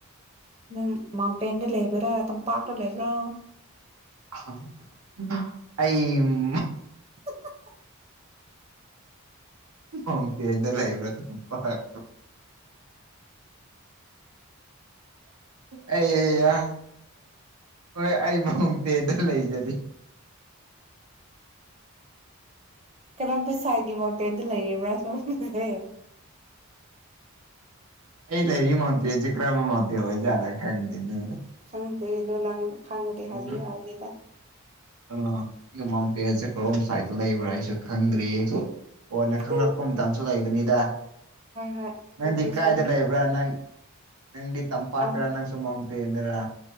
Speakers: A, on the right; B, on the right.
A: ꯅꯪ ꯃꯥꯎꯟꯇꯦꯟꯗ ꯂꯩꯕ꯭ꯔꯥ ꯇꯝꯄꯥꯛꯇꯥ ꯂꯩꯕ꯭ꯔꯥ
B: <unintelligible> ꯑꯩꯝ
A: <unintelligible>
B: ꯃꯥꯎꯟꯇꯦꯟꯗꯥ ꯂꯩꯕ꯭ꯔꯥ ꯇꯝꯄꯥꯛ ꯑꯩ ꯌꯥ ꯍꯣꯏ ꯑꯩ ꯃꯥꯎꯟꯇꯦꯟꯗ ꯂꯩꯖꯥꯔꯤ
A: ꯀꯔꯝꯕ ꯁꯥꯏꯒꯤ ꯃꯥꯎꯟꯇꯦꯟꯗ ꯂꯩꯔꯤꯕ꯭ꯔꯥ ꯁꯣꯝꯁꯦ
B: ꯑꯩ ꯂꯩꯔꯤ ꯃꯥꯎꯟꯇꯦꯟꯖꯦ ꯀꯔꯝꯕ ꯃꯥꯎꯟꯇꯦꯟ ꯑꯣꯏꯖꯥꯠꯂꯥ ꯈꯪꯗꯦꯅꯦ
A: ꯈꯪꯗꯦꯗꯣ ꯅꯪ ꯈꯪꯉꯗꯤ ꯍꯥꯏꯕꯤꯌꯨ
B: ꯎꯝ
A: ꯍꯥꯏꯕꯅꯤꯗ꯫
B: ꯑ ꯑꯩ ꯃꯥꯎꯟꯇꯦꯟꯁꯦ ꯀꯔꯣꯝ ꯁꯥꯏꯗꯠꯇ ꯂꯩꯕ꯭ꯔꯥ ꯑꯩꯁꯨ ꯈꯪꯗ꯭ꯔꯤ꯫ ꯀꯣꯟꯅ ꯈꯪꯉꯛꯄ
A: ꯍꯣꯏ
B: ꯃꯇꯝꯁꯨ ꯂꯩꯒꯅꯤꯗ꯫
A: ꯍꯣꯏ
B: ꯅꯪꯗꯤ
A: ꯂꯣꯀꯦꯁꯟ
B: ꯀꯥꯏꯗ ꯂꯩꯕ꯭ꯔꯥ ꯅꯪ ꯅꯪꯗꯤ ꯇꯝꯄꯥꯛꯇꯔꯥ
A: ꯇꯝ
B: ꯅꯪꯁꯨ ꯃꯥꯎꯟꯇꯦꯟꯗꯔꯥ꯫